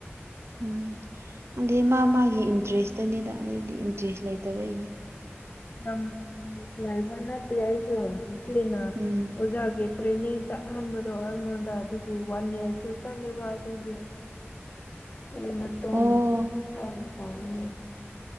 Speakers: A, on the right; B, on the left.
A: ꯎꯝ ꯑꯗꯩ ꯃꯥ ꯃꯥꯒꯤ ꯏꯟꯇ꯭ꯔꯦꯁꯇꯅꯤꯗ ꯑꯩꯗꯤ ꯏꯟꯇ꯭ꯔꯦꯁ ꯂꯩꯇꯕꯩꯅꯤ
B: ꯂꯝ ꯏꯟꯇ꯭ꯔꯦꯁ ꯂꯩꯕ ꯅꯠꯇꯦ ꯑꯩꯁꯨ ꯏꯆꯦꯅ
A: ꯎꯝ
B: ꯑꯣꯖꯥꯒꯤ ꯇ꯭ꯔꯦꯅꯤꯡ ꯆꯠꯍꯟꯕꯗꯣ ꯑꯩꯉꯣꯟꯗ ꯑꯗꯨꯒꯤ ꯋꯥꯟꯅꯦꯜꯁꯨ ꯆꯠꯂꯦꯕ ꯑꯗꯨꯒꯤ
A: <unintelligible>
B: ꯑꯗꯨꯒꯤ ꯃꯇꯨꯡ
A: ꯑꯣ
B: ꯑꯩꯅ ꯇꯧꯕꯅꯤ